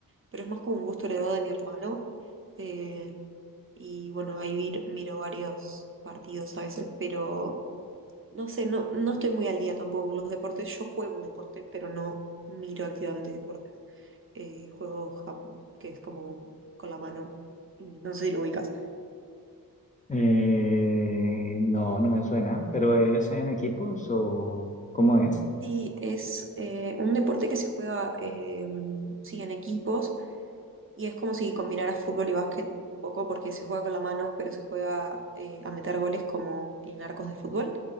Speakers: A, on the right; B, on the left.
A: pero es más como un gusto heredado de mi hermano. eh, y bueno, ahí vi- miro varios partidos a veces, pero no sé, no, no estoy muy al día tampoco con los deportes. Yo juego un deporte, pero no miro activamente deportes. Eh, juego handball, que es como con la mano. No sé si lo ubicas.
B: Eh, no, no me suena, pero ¿es en equipos o cómo es?
A: Sí, es eh, un deporte que se juega eh, sí, en equipos y es como si combinaras fútbol y básquet un poco porque se juega con la mano, pero se juega eh, a meter goles como en arcos de fútbol.